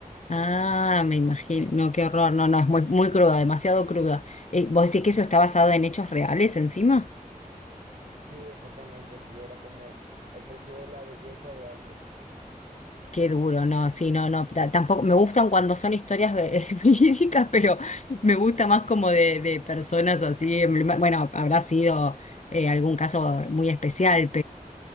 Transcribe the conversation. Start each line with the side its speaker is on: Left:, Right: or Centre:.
Right: Sí,
Left: Ah,
Right: sí,
Left: me imagino. No, qué horror. No, no, es muy, muy cruda, demasiado cruda. Eh, ¿vos decís
Right: sí,
Left: que eso
Right: sí,
Left: está basado en hechos reales encima?
Right: sí, exactamente, así era como el precio de la belleza de antes.
Left: Qué duro, no, sí, no, no, ta- tampoco, me gustan cuando son historias ve- <laughs> verídicas, pero me gusta más como de, de personas así, emblema- bueno, habrá sido eh, algún caso muy especial,